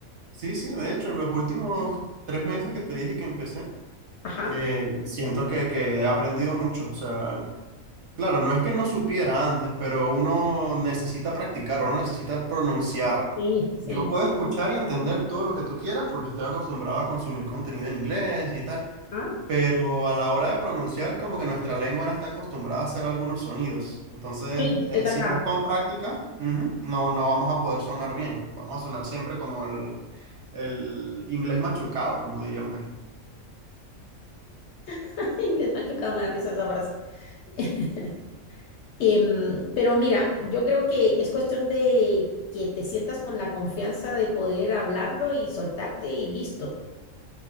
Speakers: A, on the right; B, on the left.
A: Sí, sí, de hecho, en los últimos tres meses que te dije que empecé,
B: Ajá.
A: eh, siento que, que he aprendido mucho, o sea... Claro, no es que no supiera antes, pero uno necesita practicar, uno necesita pronunciar.
B: Sí, sí.
A: Yo puedo escuchar y entender todo lo que tú quieras porque estoy acostumbrado a consumir contenido en inglés y tal,
B: Ah,
A: pero a la hora de pronunciar es como que nuestra lengua no está acostumbrada a hacer algunos sonidos. Entonces,
B: sí,
A: eh,
B: es verdad.
A: si no es con práctica, ujú, no, no vamos a poder sonar bien. Vamos a sonar siempre como el, el inglés machucado, como diríamos aquí.
B: <laughs> Inglés machucado, me da risa esa frase. <laughs> Em, pero mira, yo creo que es cuestión de que te sientas con la confianza de poder hablarlo y soltarte y listo.